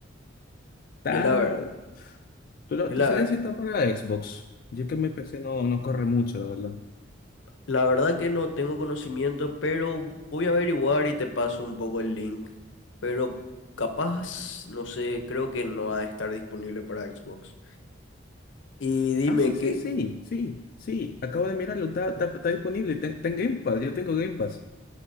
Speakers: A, on the left; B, on the left.
A: Está...
B: Yo la verdad.
A: ¿Tú, lo-
B: Yo
A: tú
B: la,
A: sabes
B: ver-
A: si está para Xbox? Yo que mi PC no, no corre mucho, la verdad.
B: La verdad que no tengo conocimiento, pero voy a averiguar y te paso un poco el link. Pero capaz, no sé, creo que no ha de estar disponible para Xbox. Y dime
A: Ah, sí, sí,
B: que...
A: sí, sí, sí. Acabo de mirarlo, está, está, está disponible. Ten- Está en Game Pass, yo tengo Game Pass.